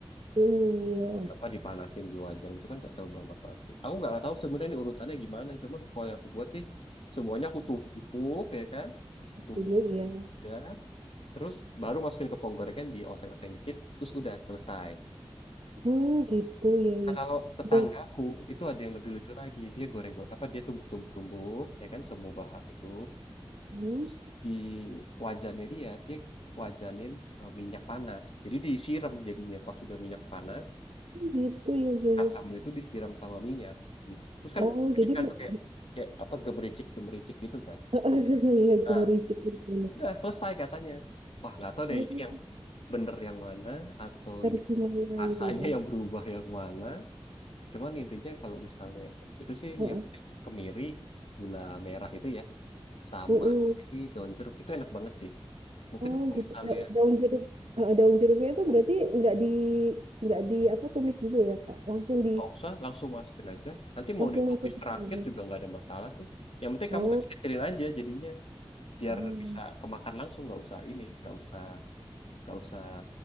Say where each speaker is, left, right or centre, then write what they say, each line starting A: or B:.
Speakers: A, on the right; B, on the left.
A: Hmm, iya.
B: Ya, Apa dipanasin di wajan itu kan nggak terlalu gampang basi. Aku nggak tahu sebenarnya ini urutannya gimana. Cuman kalau yang aku buat sih semuanya aku tumbuk ya kan. Tumbuk
A: Dulu ya.
B: udah. Terus baru masukin ke pohon gorengan, dioseng-oseng dikit, terus udah selesai.
A: Hmm, gitu ya
B: Nah,
A: ya.
B: kalau tetanggaku
A: Dan-
B: itu ada yang lebih lucu lagi. Dia goreng goreng apa dia tumbuk-tumbuk-tumbuk ya kan semua bahan itu.
A: Hmm,
B: Terus di wajannya dia dia wajanin eh, minyak panas. Jadi disiram jadinya pas udah minyak panas,
A: gitu ya ya
B: kan
A: ya.
B: sambal itu disiram sama minyak gitu. Terus kan
A: Oh,
B: jadi
A: jadi
B: kan
A: mu-
B: tuh kayak kayak apa gemericik-gemericik gitu kan.
A: <laughs> iya
B: Nah,
A: ke Mericik gitu.
B: udah selesai katanya. Wah, nggak tahu
A: Hmm,
B: deh ini yang bener yang mana atau
A: dari Himalaya
B: rasanya
A: gitu ya.
B: yang berubah yang mana. Cuman intinya kalau misalnya itu sih
A: Heeh.
B: yang penting kemiri, gula merah itu ya, sama
A: mm
B: si daun jeruk itu enak banget sih. Mungkin
A: Oh,
B: kalau
A: gitu.
B: misalnya
A: Da- daun jeruk eh, daun jeruknya itu berarti nggak di nggak di apa tumis dulu ya, Kak. Langsung di
B: nggak usah langsung masukin aja. Nanti mau
A: langsung
B: ditumis
A: masuk ke
B: terakhir
A: sini.
B: juga nggak ada masalah sih. Yang penting
A: Oh.
B: kamu kecil-kecilin aja jadinya biar
A: Oh,
B: bisa kemakan langsung nggak usah ini, nggak usah nggak usah